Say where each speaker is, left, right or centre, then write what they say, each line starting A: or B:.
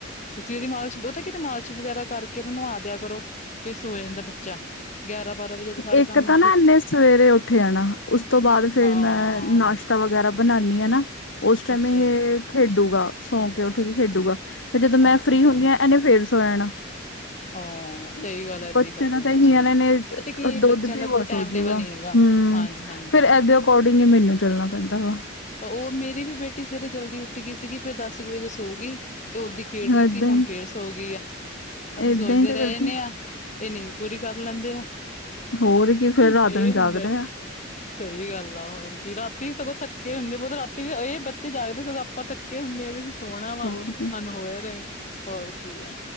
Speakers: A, on the left (about 40°); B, on the left (about 65°).
A: ਤੁਸੀ ਇਹਦੀ ਮਾਲਿਸ਼ ਬਹੁਤਾ। ਕਿਤੇ ਮਾਲਿਸ਼ ਵਗੈਰਾ ਕਰਕੇ ਇਹ ਨੂੰ ਨਵਾ ਦੀਆ ਕਰੋ ਫਿਰ ਸੋ ਜਾਂਦਾ ਬੱਚਾ। ਗਿਆਰਾਂ ਬਾਰਾਂ ਵਜੇ ਜਦੋਂ ਸਾਰੇ
B: ਇੱਕ
A: ਕੰਮ
B: ਤਾ
A: ਨਿਪ
B: ਨਾ ਇੰਨੇ ਸਵੇਰੇ ਉੱਠੇ ਜਾਣਾ ਉਸ ਤੋਂ ਬਾਅਦ ਫਿਰ
A: ਹਾਂ
B: ਮੈਂ ਨਾਸ਼ਤਾ। ਨਾਸ਼ਤਾ ਵਗੈਰਾ ਬਣਾਨੀ ਆ ਨਾ ਉਸ ਟਾਈਮ
A: ਅੱਛਾ
B: ਇਹ
A: ਜੀ
B: ਖੇਡੂਗਾ। ਸੌ ਕੇ ਉੱਠੇਗੀ ਖੇਡੂ ਗਾ ਜਦੋ ਮੈਂ
A: ਅੱਛਾ
B: ਫ੍ਰਰੀ
A: ਅੱਛਾ
B: ਹੁੰਨੀ ਆ ਇਹਨੇ ਫੇਰ ਸੋ ਜਾਣਾ।
A: ਹਾਂ ਸਹੀ
B: <unintelligible>
A: ਗੱਲ
B: <unintelligible>
A: ਹੈ, ਏਦਾਂ
B: ਪਛੇ
A: ਹੀ ਕਰਦੇ
B: ਤਾਂਸ
A: ਬੱਚੇ
B: ਹਲ ਨੇ
A: ਪਤਾ ਕੀ
B: ਦੁੱਧ
A: ਬੱਚਿਆਂ
B: ਪੀਓ
A: ਦਾ ਕੋਈ
B: ਗਾ ਸੋਜੂ
A: ਟਾਈਮ ਟੇਬਲ
B: ਗਾ
A: ਨਹੀਂ ਹੈਗਾ
B: ਹਮ
A: ਹਾਂਜੀ ਹਾਂਜੀ
B: ਫੇਰ ਇਦੇ। ਅਕੋਡਿਗ ਹੀ ਮੈਨੂੰ ਚੱਲਣਾ ਪੈਂਦਾ ਵਾ।
A: ਉਹ ਮੇਰੀ ਵੀ ਬੇਟੀ ਸਵੇਰੇ ਜਲਦੀ ਉੱਠ ਗੀ ਸੀ ਸੀਗੀ ਫਿਰ ਦਸ ਕੁ ਵਜੇ ਸੋ ਗਈ। ਤੇ ਓਦੀ ਦੀ ਖੇਡ ਰਹੀ
B: ਏਦਾਂ
A: ਸੀ ਹੁਣ
B: ਹੀ
A: ਫੇਰ ਸੌ ਗਈ ਆ ਅਸੀ
B: ਏਦਾਂ
A: ਸੋਚਦੇ
B: ਹੀ ਤਾਂ
A: ਰਹੇ
B: ਕਰਦੀ
A: ਜਾਂਨੇ ਆ। ਇਹ ਨੀਂਦ ਪੂਰੀ ਕਰ ਲੈਂਦੇ ਆ।
B: ਹੋਰ ਕਿ ਫ਼ੇਰ ਰਾਤ
A: ਇਹ
B: ਨੂੰ
A: ਹੁੰਦਾ
B: ਜਾਗਦੇ ਆ।
A: ਸਹੀ ਗੱਲ ਆ ਹੋਰ ਕੀ ਰਾਤੀ ਸਗੋਂ ਥੱਕੇ। ਰਾਤੀ ਵੀ ਇਹ ਬੱਚੇ ਜਾਗਦੇ ਸਗੋਂ ਆਪਾਂ ਥੱਕੇ ਹੋਨੇ ਕਿ ਅਸੀਂ ਸੋਹਣਾ ਵਾ।
B: ਹੋਰ
A: ਸਾਨੂੰ
B: ਕੀ।
A: ਹੋਏ ਰਹੇ ਹੋਰ ਕੀ ਹੈ